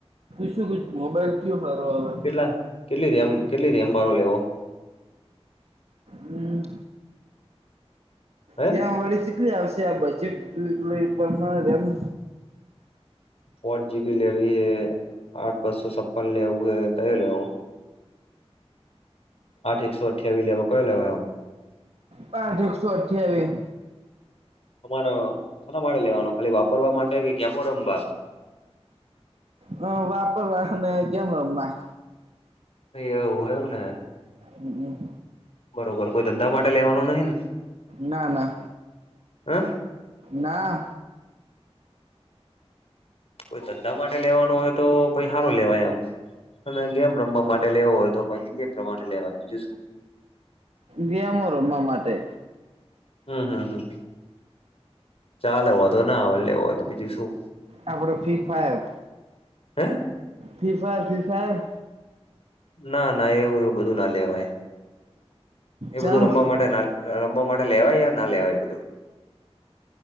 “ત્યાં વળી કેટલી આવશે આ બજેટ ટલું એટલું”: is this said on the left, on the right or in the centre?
Right